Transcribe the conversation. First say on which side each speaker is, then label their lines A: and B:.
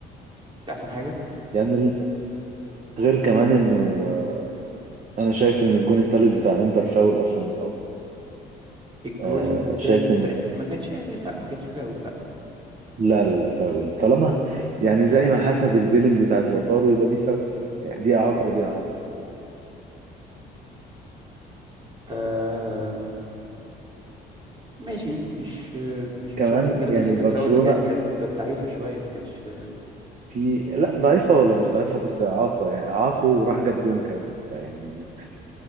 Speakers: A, on the right; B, on the right.
A: مش أحسن حاجة
B: يعني ال- غير كمان انه آه، انا شايف ان الجون التالت بتاع انتر فاول اصلا من الاول
A: الجون
B: آه،
A: التالت
B: شايف
A: بتاع أنت ما كانش يعني لا ما كانش فاول لا
B: لا لا لا فاول طالما يعني زي ما حسب البيلين بتاعت لوتارو يبقى دي فاول يعني دي إعاقة ودي إعاقة
A: آه ماشي مش مش
B: كمان
A: مش هقدر نتكلم
B: يعني
A: بس هي كانت
B: برشلونة
A: فاول يعني كانت كانت ضعيفة شوية ما كانتش
B: في لا ضعيفة ولا مش ضعيفة بس إعاقة يعني إعاقة وراح جاب جون كمان يعني